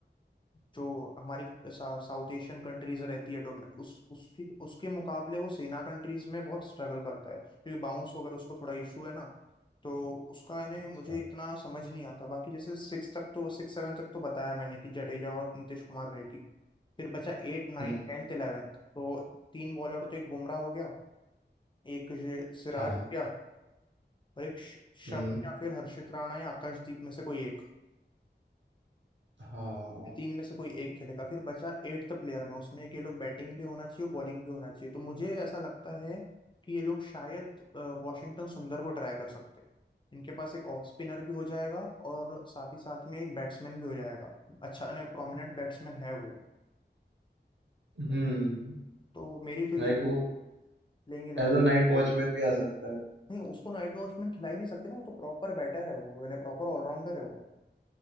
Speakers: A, on the left; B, on the right.
A: जो हमारी साउथ एशियन कंट्रीज रहती है डोमे- उस उसकी उसके मुकाबले वो सेना कंट्रीज में बहुत स्ट्रगल करता है क्योंकि बाउंस वगैरह उसको थोड़ा इशू है ना तो उसका इन्हें
B: अच्छा
A: मुझे इतना समझ नहीं आता बाकी जैसे सिक्स तक तो सिक्स सेवन तक तो बताया मैंने कि जडेजा और नीतीश कुमार रेड्डी फिर बचा एट नाइन
B: हम्म
A: टेंथ इलेवेंथ तो तीन बॉलर तो एक बुमराह हो गया एक ये सिराज
B: हाँ
A: हो गया और एक श- शम
B: हम्म
A: या फिर हर्षित राणा या आकाशदीप में से कोई एक
B: हाँ
A: इन तीन में से कोई एक खेलेगा फिर बचा एट्थ प्लेयर में उसमें कि ये लोग बैटिंग भी होना चाहिए बॉलिंग भी होना चाहिए तो मुझे ऐसा लगता है कि ये लोग शायद अ, वॉशिंगटन सुंदर को ट्राई कर सकते हैं इनके पास एक ऑफ स्पिनर भी हो जाएगा और साथ ही साथ में एक बैट्समैन भी हो जाएगा अच्छा नहीं प्रोमिनेंट बैट्समैन है वो
B: हम्म
A: तो मेरी तो ये
B: लाइक वो
A: प्लेइंग इलेवन
B: एज अ नाइट वॉचमैन भी आ सकता है
A: नहीं उसको नाइट वॉचमैन खिला ही नहीं सकते ना वो तो प्रॉपर बैटर है वो यानी प्रॉपर ऑलराउंडर है वो